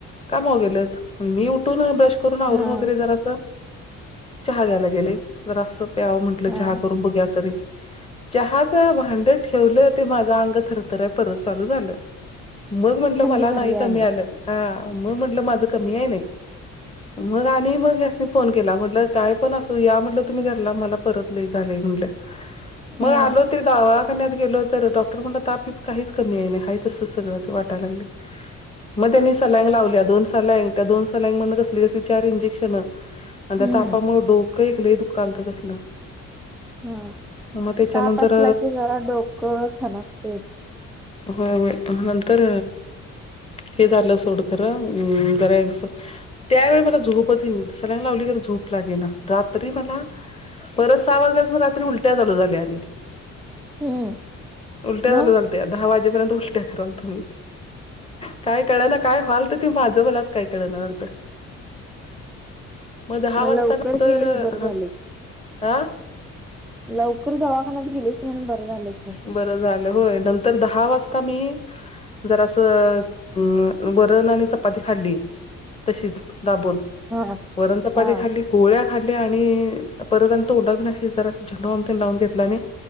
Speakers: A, on the left; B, in the centre.
A: <unintelligible> गेलेत मी उठून ब्रश करून आवरून
B: हा
A: वगैरे जरास चहा घ्यायला गेले. जरास प्यावं म्हटलं
B: हा
A: चहा करून बघुया तरी. चहाचं भांड ठेवलं ते माझं अंग थरथराय परत चालू झालं. मग म्हंटलं
B: थंडी
A: मला
B: भरली
A: नाही कमी
B: आणि
A: आलं, हां. मग म्हटलं माझ कमी याय नायी मग आणि मग ह्यास्नी फोन केला म्हटलं काय पण असु या म्हटलं तुम्ही घरला मला परत लयी झालय म्हणंल, मग
B: हा
A: आलो ते दवाखान्यात गेलो तर डॉक्टर म्हणला ताप बीप काहीच कमी येईना आहे तसंच सगळं ते वाटयं लागलंय.
B: <inaudible>
A: मग त्यांनी सलाईगं लावल्या दोन सलाईगं त्या दोन सलाईन मधनं कसली कसली चार इंजेक्शन. अन् त्या
B: हम्म
A: तापामुळं डोकं एक लय दुकालतं कसलं.
B: हा
A: मग त्याच्यानंतर
B: ताप असला की जरा डोकं ठणकतंयचं.
A: व्हय व्हय, अन् नंतर हे झालं सोड. नंतर जरा एक त्यावेळी मला झोपचं हे येईना सलाईन लावली खरं झोप लागेना. रात्री मला परत सहा वाजल्यापासून रात्री उलट्या चालू झाल्या आणि
B: हम्म
A: उलट्या
B: मग
A: चालू झाल्या. ते दहा वाजेपर्यंत उलट्या करालतो मी काय कळना काय व्हाल तं ते माझं मलाचं काय कळना झालतं. मग दहा वाजता
B: लवकर
A: नंतर
B: गेलेच बरं झालं
A: हा,
B: की.
A: आं?
B: लवकर दवाखान्यात गेलीस म्हणून बरं झालं की.
A: बरं झालं होय नंतर दहा वाजता मी जरांस अं वरण आणि चपाती खाल्ली तशीच दाबून.
B: हा हा
A: वरण चपाती
B: हा
A: खाल्ली गोळ्या खाल्ल्या आणि परत आणि तोंडातून अशी जरास झेंडूबाम तेन लावून घेतला आणि